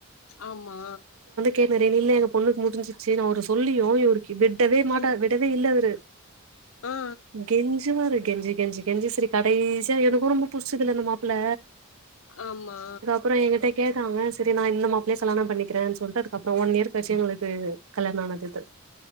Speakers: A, on the left; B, on the right.
A: ஆமா
B: கேட்னரிவுல்ல எங்க பொண்ணுக்கு முடிஞ்சிருச்சு நா அவரு சொல்லியு இவரு விடவே மாட்டாரு
A: ம்
B: விடவே இல்ல அவரு
A: ஆ ஆ ஆ
B: கெஞ்வாரு கெஞ்சி கெஞ்சி கெஞ்சி செரி கடைசியா எனக்கு ரொம்ப புடிச்சதுல்ல இந்த மாப்புள்ள
A: ஆமா
B: அப்புறோ ஏங்கிட்ட கேட்டாங்க செரி நா இந்த மாப்பிள்ளைய கல்யாணோபண்ணிக்கிறன் சொல்ட்டு அதுக்கப்புறோ ஒன் இயர் கழிச்சி எங்களுக்கு கல்யாணோ நடந்துத்து